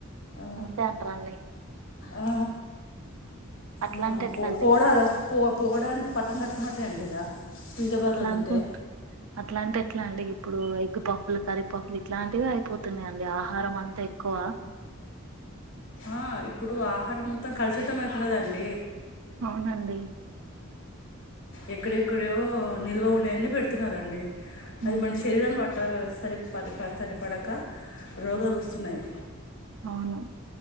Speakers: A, on the left; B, on the right.
A: ఆ,
B: అంతే అంటారరండి
A: ఆ
B: అట్లా
A: ఆ
B: అంటే ఎట్లా
A: పో
B: అండి
A: పోడారం పో పోవడానికి పటం కట్టుకున్నట్టే అండి ఇక పిజ్జా బర్గర్
B: అట్లా
A: తింటే
B: అనుకుంట్ అట్లాంటే ఎట్లా అండి ఇప్పుడు ఎగ్గు పఫ్ కరీపఫ్లు ఇట్లాంటివి అయిపోతున్నాయి అండి ఆహారం అంతా ఎక్కువ
A: ఆ ఇప్పుడు ఆహారం మొత్తం కలుషితం అవుతున్నదండి
B: అవునండి
A: ఎక్కడెక్కడీయో నిల్వ ఉన్నా అన్నీ పెడుతున్నారండి అది
B: ఉమ్,
A: మన శరీరాన్ని పట్ట సరిపరి సరిపడక రోగాలు వస్తున్నాయి
B: అవును